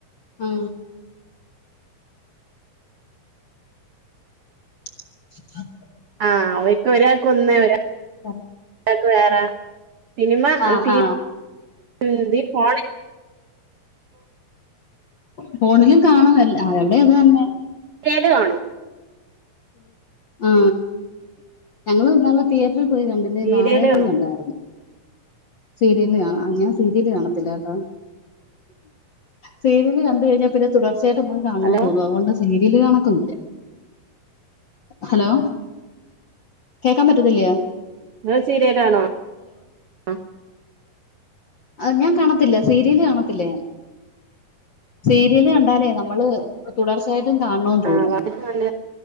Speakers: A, on the left (about 50°); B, on the right (about 70°).
A: ആ. <inaudible>
B: ആ ഓര്ക്ക് ഒരാക്ക് ഒന്ന് ഒരാ
A: <unintelligible>
B: രാക്ക് വേറ. സിനിമ
A: ആഹാ
B: ടീ <unintelligible>
A: ഫോണിലും കാണും ല്ല എവിടെ അത് തന്നെ
B: ത്‌ കാണോ
A: ആ ഞങ്ങള് നല്ല തീ ഇ പോയി കണ്ടില്ലേ
B: സീരിയല്
A: വാഴാ
B: കാണും
A: ചൂ കണ്ടായിരുന്നു സീരിയല് അ ആ ഞാൻ സീരിയല് കാണത്തില്ലകേട്ടൊ സീരിയല് കണ്ട്കഴിഞ്ഞാപിന്നെ തുടർ ചേട്ടൻ പോയി കാണണോന്ന്
B: ഹലോ
A: തോനുന്നു അതുകൊണ്ടാ സിമ്മി വില്ല് കണക്കുല്ല ഹലോ കേക്കാൻ പറ്റത്തില്ലേ
B: ങ്ങള് സീരിയലാണോ അ
A: ആ ഞാൻ കാണത്തില്ല സീരിയല് കാണത്തില്ല ഞാൻ സീരിയല് കണ്ടാലേ നമ്മള് തുടർച്ചയായിട്ടും കാൺണോം തോന്നും
B: ആ നല്ല